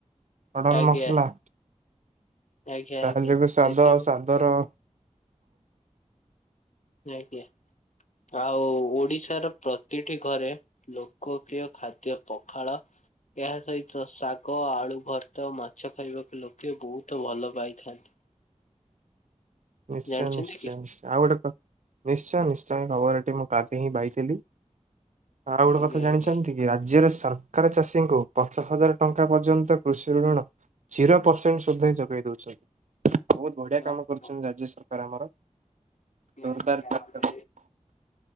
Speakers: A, on the right; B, on the left.
A: ଓଡର
B: ଆଜ୍ଞା
A: ମସଲା ତା
B: ଆଜ୍ଞା ଆଜ୍ଞା
A: ଯେବେ ସ୍ୱାଦ
B: ସେଥିପାଇଁ
A: ଆଉ ସ୍ୱା ଦ ର
B: ଆଜ୍ଞା ଆଉ ଓଡିଶାର ପ୍ରତିଟି ଘରେ ଲୋକପ୍ରିୟ ଖାଦ୍ୟ ପଖାଳ। ଏହା ସହିତ ଶାଗ ଆଳୁ ଭର୍ତ୍ତା ଆଉ ମାଛ ଖାଇବାକୁ ଲୋକେ ବୋହୁତ ଭଲ ପାଇଥାନ୍ତି।
A: ନିଶ୍ଚୟ
B: ଜାଣିଛନ୍ତି
A: ନିଶ୍ଚୟ
B: କି?
A: ନିଶ୍ଚୟ ଆଉ ଗୋଟେ କ ନିଶ୍ଚୟ ନିଶ୍ଚୟ ଖବରଟି ମୁଁ କାଲି ହିଁ ପାଇଥିଲି। ଆଉ ଗୋଟେ
B: ଆଜ୍ଞା
A: କଥା ଜାଣିଚନ୍ତି?
B: ଆଜ୍ଞା।
A: କି ରାଜ୍ୟରେ ସରକାର ଚାଷୀଙ୍କୁ ପଞ୍ଚ ହଜାର ଟଙ୍କା ପର୍ଯ୍ୟନ୍ତ କୃଷି ଋଣ ଜିରୋ ପର୍ସେଣ୍ଟ ସୁଧ ହିଁ ଯୋଗେଇ ଦୋଉଚନ୍ତି ବୋହୁତ ବଢିଆ
B: ଆଜ୍ଞା
A: କାମ କରୁଚନ୍ତି ରାଜ୍ୟ ସ ରକାର ଆମର ଜୋରଦାର
B: ଆଜ୍ଞା
A: ଚାଷ
B: ଆମେ